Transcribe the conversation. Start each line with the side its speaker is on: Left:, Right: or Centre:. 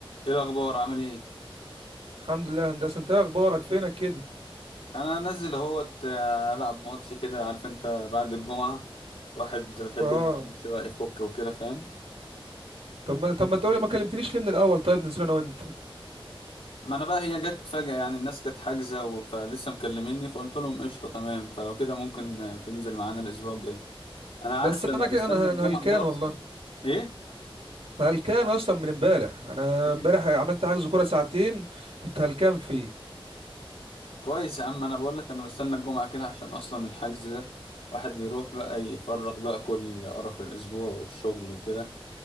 Left: ايه الاخبار عامل ايه
Right: الحمد لله يا هندسه انت ايه اخبارك فينك كده
Left: انا نازل اهوت آه، العب ماتش كده عارف انت بعد الجمعه الواحد بيحب
Right: اه
Left: يلعب ماتش بقى يفك وكده فاهم
Right: طب ما طب ما تقولي ما كلمتنيش ليه من الاول طيب ننزل انا وانت
Left: ما انا بقى هي جت فجاه يعني الناس كانت حاجزه و- فلسه مكلميني فقلت لهم قشطه تمام فلو كده ممكن آه، تنزل معانا الاسبوع الجاي انا عارف
Right: بس
Left: انا
Right: انا كده
Left: بستنى
Right: انا
Left: الجمعه
Right: انا هلكان
Left: ده
Right: والله
Left: اصلا ايه
Right: أنا هلكان اصلا من امبارح انا
Left: إيه؟
Right: امبارح عملت حجز كوره ساعتين كنت هلكان فيه
Left: كويس يا عم انا بقول لك انا بستنى الجمعه كده عشان اصلا الحجز ده واحد بيروح بقى يفرغ بقى كل قرف الاسبوع والشغل وكده